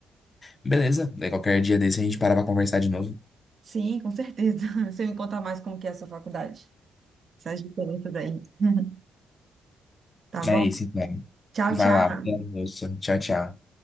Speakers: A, on the left (about 20°); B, on the right (about 35°).
A: Beleza, daí qualquer dia desse a gente para pra conversar de novo.
B: Sim, com certeza. <laughs> Você me conta mais como que é a sua faculdade, essas diferenças aí, <laughs> tá bom?
A: É isso, então.
B: Tchau,
A: Vai
B: tchau.
A: lá, até a almoço. Tchau, tchau.